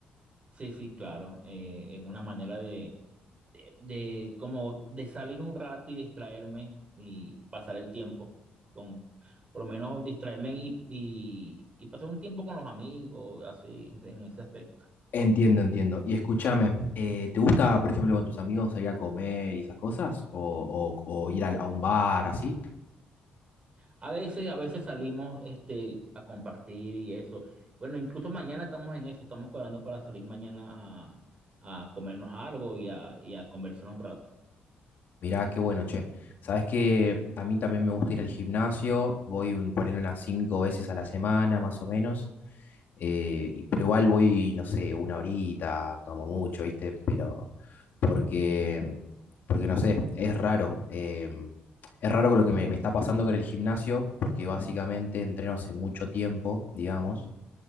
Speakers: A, on the right; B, on the left.
A: Sí, sí, claro. eh, es una manera de, de, de como de salir un rato y distraerme y pasar el tiempo con, por lo menos distraerme y, y, y pasar un tiempo con los amigos, así, en ese aspecto.
B: Entiendo, entiendo. Y escúchame, eh, ¿te gusta, por ejemplo, con tus amigos salir a comer y esas cosas? ¿O, o- o ir al- a, un bar así?
A: A veces, a veces salimos este, a compartir y eso. Bueno, incluso mañana estamos en eso, estamos cuadrando para salir mañana a, a comernos algo y a, y a conversar un rato.
B: Mirá, qué bueno, che. Sabes que a mí también me gusta ir al gimnasio, voy un, ponerle unas cinco veces a la semana, más o menos. eh, y- pero igual voy, no sé, una horita, como mucho, ¿viste? Pero porque, porque no sé, es raro. em, es raro con lo que me, me está pasando con el gimnasio, porque básicamente entreno hace mucho tiempo, digamos.